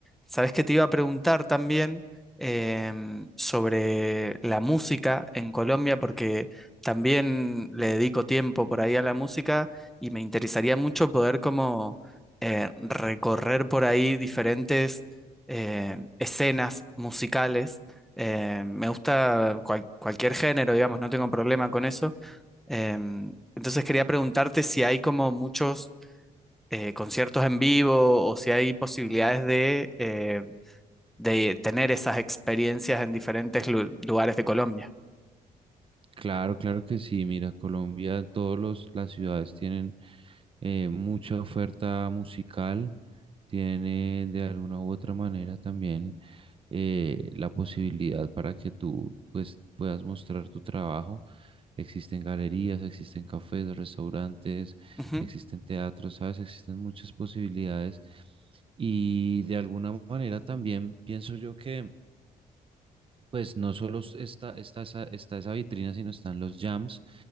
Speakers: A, in the centre; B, on the right.
A: Sabes que te iba a preguntar también em, sobre la música en Colombia, porque también le dedico tiempo por ahí a la música y me interesaría mucho poder como eh, recorrer por ahí diferentes eh, escenas musicales. Eh, me gusta cual- cualquier género, digamos, no tengo problema con eso. Em, entonces quería preguntarte si hay como muchos eh, conciertos en vivo o si hay posibilidades de, eh, de tener esas experiencias en diferentes lu- lugares de Colombia.
B: Claro, claro que sí. Mira, Colombia, todos los las ciudades tienen eh, mucha oferta musical, tiene de alguna u otra manera también eh, la posibilidad para que tú pues, puedas mostrar tu trabajo. Existen galerías, existen cafés, restaurantes,
A: Ujú,
B: existen teatros, ¿sabes? Existen muchas posibilidades. Y de alguna manera también pienso yo que pues no solo está, está, esa, está esa vitrina, sino están los jams,